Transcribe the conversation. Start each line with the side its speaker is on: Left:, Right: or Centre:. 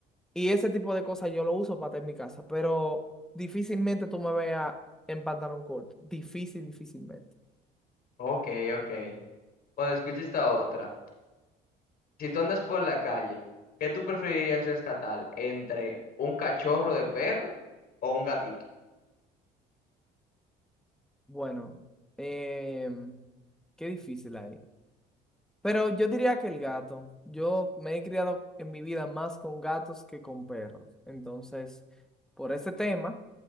Centre: Y ese tipo de cosas yo lo uso paté en mi casa, pero difícilmente tú me veas en pantalón corto. Difícil, difícilmente.
Left: Ok, ok. Bueno, escucha esta otra. Si tú andas por la calle, ¿qué tú preferirías rescatar entre un cachorro de perro o un gatito?
Centre: Bueno, em, qué difícil ahí. Pero yo diría que el gato. Yo me he criado en mi vida más con gatos que con perros. Entonces, por ese tema.